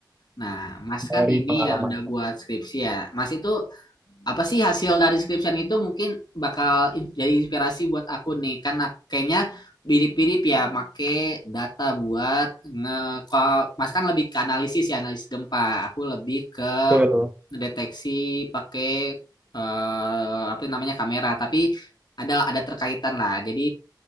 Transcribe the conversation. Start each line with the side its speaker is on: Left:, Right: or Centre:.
Left: Nah, Mas
Right: dari
Left: kan ini
Right: pengalaman.
Left: ya udah buat skripsi ya. Mas itu apa sih hasil dari skripsian itu mungkin bakal in- jadi inspirasi buat aku nih. Karena kayaknya mirip-mirip ya make data buat nge kalau Mas kan lebih ke analisis ya, analisis gempa. Aku lebih ke
Right: Betul.
Left: deteksi pakai eh, apa namanya kamera, tapi ada ada terkaitan lah. Jadi